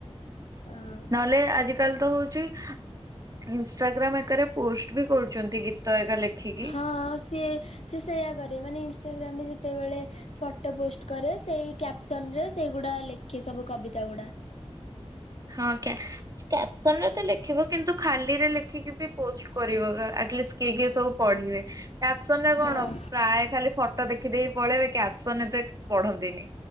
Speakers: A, on the left; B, on the right.
A: ହଁ
B: ନହେଲେ ଆଜି କାଲି ତ ହଉଛି ଇନଷ୍ଟାଗ୍ରାମ ଏକାରେ ପୋଷ୍ଟ ବି କରୁଛନ୍ତି ଗୀତ ଏକା ଲେଖିକି।
A: ହଁ ସିଏ ସିଏ ସେୟା କରେ ମାନେ ଇନଷ୍ଟାଗ୍ରାମରେ ଯେତେବେଳେ ଫଟୋ ପୋଷ୍ଟ କରେ, ସେଇ କ୍ୟାପସନ ରେ ସେଇଗୁଡା ଲେଖେ ସବୁ କବିତା ଗୁଡା।
B: ହଁ କ୍ୟାପସନରେ ତ ଲେଖିବ, କିନ୍ତୁ ଖାଲିରେ ଲେଖିକି ବି ପୋଷ୍ଟ କରିବ। ଆଟଲିଷ୍ଟ କିଏ କିଏ ସବୁ ପଢିବେ କ୍ୟାପ୍ସନରେ
A: ହଁ
B: କଣ ପ୍ରାୟ ଖାଲି ଫ ଫଟ ଦେଖିଦେଇକି ପଳେଇବେ, କ୍ୟାପସନ ଏତେ ପଢନ୍ତିନି,